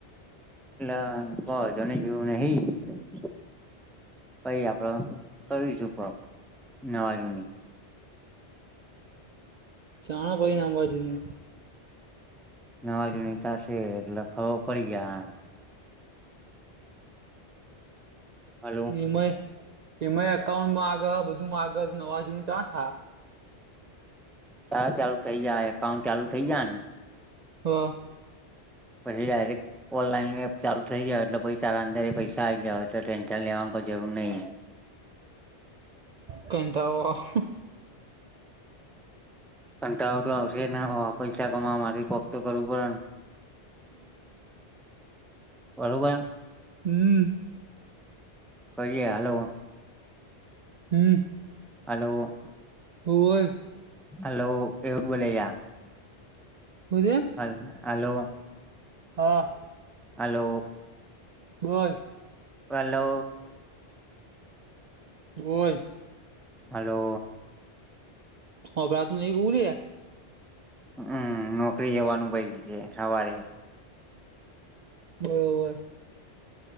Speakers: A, in the centre; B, on the right.
A: <unintelligible> કરીશું પક નવાજુની
B: ચાણ હોય નાંબા જુનુ
A: નવાજૂણી થશે એટલે ખબર પડી જાય હાલું
B: નિમય એમાઈ એકકાઉન્ટ મા આગળ બધુ માંગ્યુ મગજ નવા જુનું છે હા
A: સારા ચાલુ થઇ જાય એકાઉન્ટ ચાલુ થઇ જાયને
B: હ
A: પછી ડાયરેક્ટ ઓનલાઈન એપ ચાલુ થઇ જાય એટલે પછી તારા અદરે પૈસા આવી જયા હોય તો ટેન્શન લેવાની કોઈ જરૂર નહી
B: કંતાડો આ હુ
A: કટાડો તો આવશે હો પૈસા કમાવા માટે કોક તો કરવું પડે ન બરોબર
B: હમ
A: કરીએ હાલો
B: હમ
A: હલો
B: કુવર
A: હાલો એવું બોલે યા
B: બોલે
A: હ હલો
B: હા
A: હલો
B: બોલ
A: હલો
B: બોલ
A: હલો
B: હભરાતું નહી હું કે
A: હમ નોકરી જવાનું ભાઈ છે સવારે
B: બરોબર